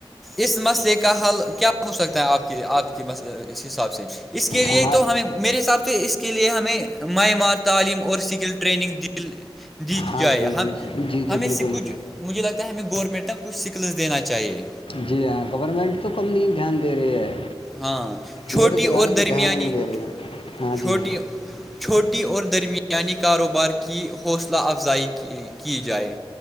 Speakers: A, in the centre; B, on the left.
A: اس مسئلے کا حل کیا ہو سکتا ہے آپ کے آپ کی اس حساب سے اس کے لیے
B: ہمار
A: تو ہمیں میرے حساب سے اس کے لیے ہمیں معمار تعلیم اور سکل ٹریننگ دل دی
B: ہاں
A: جائے
B: جی
A: ہم
B: جی جی
A: ہمیں
B: جی بالکل
A: سے کچھ مجھے لگتا ہے ہمیں گورنمنٹ نہ کچھ سکلس دینا چاہیے
B: جی ہاں گورنمنٹ تو کم نہیں دھیان دے رہی ہے
A: ہاں چھوٹی
B: بے روزگاری
A: اور
B: پہ
A: درمیانی
B: دھیان ہی نہیں دے رہی ہے ہاں
A: چھوٹی
B: جی
A: چھوٹی اور درمیانی کاروبار کی حوصلہ افزائی کی جائے